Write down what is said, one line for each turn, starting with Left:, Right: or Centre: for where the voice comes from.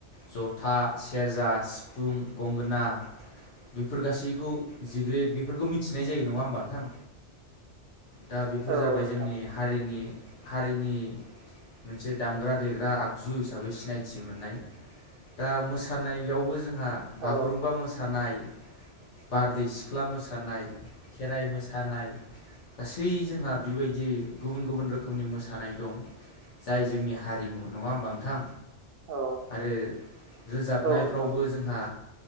Left: जथा, सेरजा, सिफुं, गंगोना। बेफोर गासैखौ जिग्रेद बेफोरखौ मिथिनाय जायो। नङा होमबा नोंथां? दा बेफोर
Right: औ
Left: जाबाय
Right: नोंथां
Left: जोंनि हारिनि- हारिनि मोनसे दामग्रा -देग्रा आगजु हिसाबै सिनायथि मोननाय। दा मोसानायावबो जोंहा,
Right: औ
Left: बागुरुम्बा मोसानाय। बारदै सिख्ला मोसानाय, खेराइ मोसानाय गासै जोंहा बेबायदि गुबुन -गुबुन रोखोमनि मोसानाय दं। जाय जोंनि हारिमु। नङा होनबा नोंथां?
Right: औ
Left: आरो रोजाबनायफ्रावबो
Right: औ नोंथां
Left: जोंहा